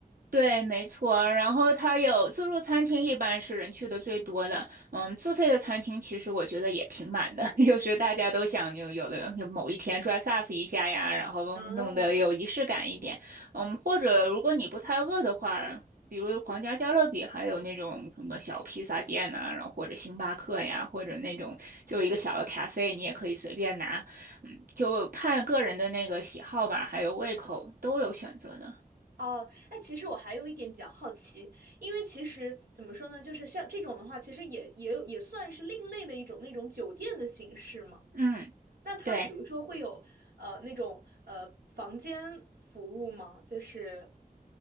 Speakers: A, on the right; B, on the right.
A: 对，没错。然后它有自助餐厅，一般是人去的最多的。嗯，自费的餐厅其实我觉得也挺满的，<laughs> 就是大家都想有有的有某一天 dress up 一下呀，然后弄得有仪式感一点。
B: 嗯。
A: 嗯，或者如果你不太饿的话，比如皇家加勒比，还有那种什么小披萨店呐、然后或者星巴克呀，或者那种就是一个小的咖啡，你也可以随便拿。嗯，就看个人的那个喜好吧，还有胃口都有选择的。
B: 哦，哎，其实我还有一点比较好奇，因为其实怎么说呢，就是像这种的话，其实也也有也算是另类的一种那种酒店的形式嘛。
A: 嗯，
B: 那它比如说会有呃那种呃房间服务吗？
A: 对。
B: 就是